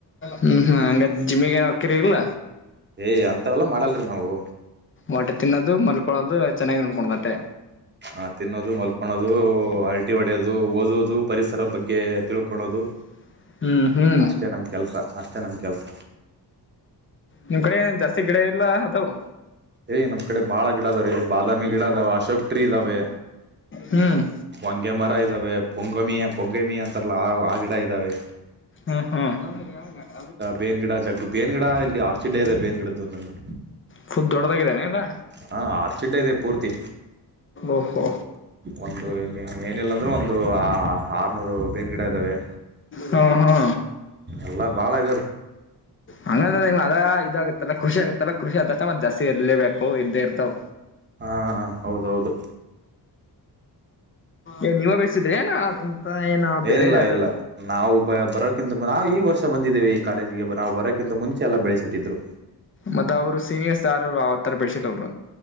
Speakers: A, on the left; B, on the right.
A: ಹ್ಮ್ ಹ್ಮ್ ಹಂಗ ಜಿಮ್ಮಿಗ ಏನ್ ಹೋಕಿರಿ ಇಲ್ಲ......
B: ಏಯ್ ಅಂಥವೆಲ್ಲಾ ಮಾಡಲ್ರಿ ನಾವು..
A: ಒಟ್ಟು ತಿನ್ನೋದು ಮಲ್ಕೊಳ್ಳೋದು ಚೆನ್ನಾಗಿ ನೋಡ್ಕೋುದು ಅಟ್ಟೆ
B: ಹ ತಿನ್ನೋದು ಮಲ್ಕೊಳೋದು ಹರಟಿ ಹೊಡೆಯೋದು ಓದೋದು ಪರಿಸರದ ಬಗ್ಗೆ ತಿಳ್ಕೊಳೋದು.....
A: <unintelligible> ಹ್ಮ್
B: ಅಷ್ಟೇ ನಮ್ ಕೆಲ್ಸ ಅಷ್ಟೇ ನಮ ಕೆಲ್ಸ...
A: ನಿಮ್ ಕಡೆ ಜಾಸ್ತಿ ಗಿಡ ಇಲ್ಲಾ? ಅದವು?
B: ಏ ನಮ್ಮ ಕಡೆ ಬಾಳ ಗಿಡಾ ಅದಾವ ರೀ ಬಾದಾಮಿ ಗಿಡಾ ಅದಾವ ಅಶೋಕ್ ಟ್ರೀ ಇದಾವೆ.
A: ಹ್ಮ್.
B: ಹೊಂಗೆ ಮರಾ ಇದ್ದಾವೆ ಪೊಂಗಮಿಯ ಪೊಂಗಮಿಯ ಅಂತಾರಲ್ಲ ಆ ಆ ಗಿಡಾ ಇದ್ದಾವೆ.
A: ಹೂ ಹೂ
B: ಬೇನ್ ಗಿಡ ಜಗ್ಗು ಬೇನ್ ಗಿಡ ಇಲ್ಲಿ ಆರ್ಚಿಡ್ ಇದೆ ಬೇನ್ ಗಿಡದ್ದು ಒಂದೊಂದು
A: ಪುಲ್ ದೊಡದಾಗಿದಾವ ಏನ್ ಎಲ್ಲಾ
B: ಹಾ ಆರ್ಚಿಡ್ ಇದೆ ಪೂರ್ತಿ
A: ಓಹೋ
B: ಒಂದು ಏನಿಲ್ಲ ಅಂದ್ರನು ಒಂದು ಆ ಆರ್ನೂರು ಬೇನ್ ಗಿಡಾ ಇದ್ದಾವೆ.
A: ಹಾ ಹಾ
B: ಎಲ್ಲ ಭಾಳ ಇದಾವೆ ರೀ
A: ಹಂಗಂದ್ರ ನಿಮ್ ಅದ ಇದಾಗತ್ತಲ್ಲ ಕೃಷ್ಣ ಆಗುತ್ತಲ್ಲಾ ಕೃಷಿ ಆದ ತಕ್ಷಣ ಮತ್ತ ಜಸ್ತಿ ಇರಲೇಬೇಕು ಇದ್ದೇ ಇರ್ತಾವ.
B: ಹಾ ಹೌದು ಹೌದು.
A: ಏ ನೀವ ಬಿಳಸಿದ್ರಿ ಏನ. ಎಂತ ಏನ
B: ಇಲ್ಲಾ
A: ಬೇರೆ ಯಾರು
B: ಇಲ್ಲಾ. ನಾವು ಬ ಬರೋಕಿಂತ ನಾವು ಈ ವರ್ಷ ಬಂದಿದ್ದೇವಿ ಈ ಕಾಲೇಜಿಗೆ ನಾವು ಬರೋಕ್ಕಿಂತ ಮುಂಚೆ ಎಲ್ಲಾ ಬೆಳೆಸಿದ್ದಿತ್ತು.
A: ಮತ್ತ ಅವ್ರು ಸೀನಿಯರ್ಸ್ ಯಾರು ಆತರಾ ಬೆಳಸಿದ್ದ ಅವ್ರು.